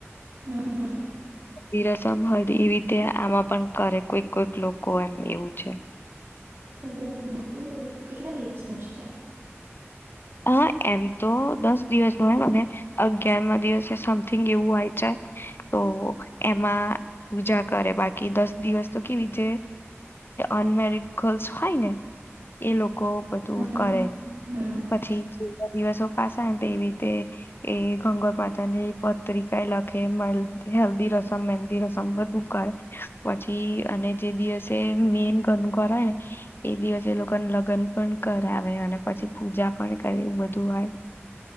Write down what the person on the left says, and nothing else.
એ રસમ હોય એવી રીતે આમાં પણ કરે કોઈક કોઈક લોકો એમ એવું છે.
હા એમ તો દસ દિવસ ન હોય અને અગયારમાં દિવસે સમથિંગ એવું હોય જાય ઓ તો એમાં પૂજા કરે બાકી દસ દિવસ તો કેવી જે, અનમેરડ ગર્લ્સ હોય, ને એ લોકો કો બધું
કરે.
પછી દિવસો પાસાય ને તો એ રીતે, એ ગણગોર માતા ની પત્રિકા લખે હેલ્ધી રસમ મહેંદી રસમ બધું કરે, પછી અને જે દિવસે મેન ગણગોર હોયે ને એ દિવસે લોકોને લગ્ન પણ કરાવે અને પછી પૂજા પણ કરી બધું હોય.